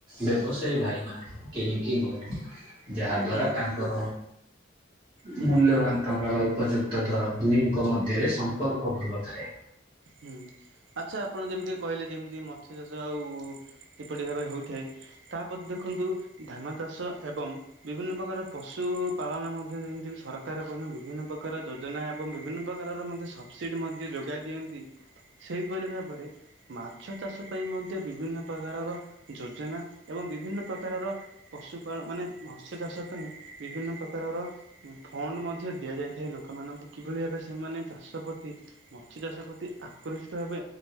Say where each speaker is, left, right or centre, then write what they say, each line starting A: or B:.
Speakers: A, on the right; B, on the right.
A: ବ୍ୟବସାୟୀ ଭାଇ ମାନେ କିଣିକି ନିଅନ୍ତି। ଯାହା ଦ୍ଵାରା
B: ହୁଁ
A: ତାଙ୍କର
B: ହୁଁ
A: ମୂଲ୍ୟବାନ୍ ଟଙ୍କାବା ଉପଯୁକ୍ତ ଦର ଦୁହିଁଙ୍କ ମଧ୍ୟରେ ସମ୍ପର୍କ ଭଲ ଥାଏ।
B: ହୁଁ। ଆଚ୍ଛା ଆପଣ ଯେମିତି କହିଲେ ଯେମିତି ମତ୍ସ୍ୟ ଚାଷ ଆଉ କିପରି ଭାରେ ହୋଇଥାଏ। ତାପରେ ଦେଖନ୍ତୁ ଧାନ ଚାଷ ଏବଂ ବିଭିନ୍ନ ପ୍ରକାର ପଶୁ ପାଳନ ମଧ୍ୟ ଯେମିତି ସରକାର ମଧ୍ୟ ବିଭିନ୍ନ ପ୍ରକାର ଯଜ ଯୋଜନା ଏବଂ ବିଭିନ୍ନ ପ୍ରକାରର ମଧ୍ୟ ସବସିଡି ମଧ୍ୟ ଯୋଗାଇ ଦିଅନ୍ତି ସେହିପରି ଭାବରେ ମାଛ ଚାଷ ପାଇଁ ମଧ୍ୟ ବିଭିନ୍ନ ପ୍ରକାରର ଯୋଜନା ଏବଂ ବିଭିନ୍ନ ପ୍ରକାରର ପଶୁପାଳ ମାନେ ମତ୍ସ୍ୟ ଚାଷ ପାଇଁ ବିଭିନ୍ନ ପ୍ରକାରର ଫଣ୍ଡ ମଧ୍ୟ ଦିଆଯାଇଥାଏ ଲୋକମାନଙ୍କୁ କିଭଳି ଭାବେ ସେମାନେ ଚାଷ ପ୍ରତି ମାଛ ଚାଷ ପ୍ରତି ତି ଆକୃଷ୍ଟ ହେବେ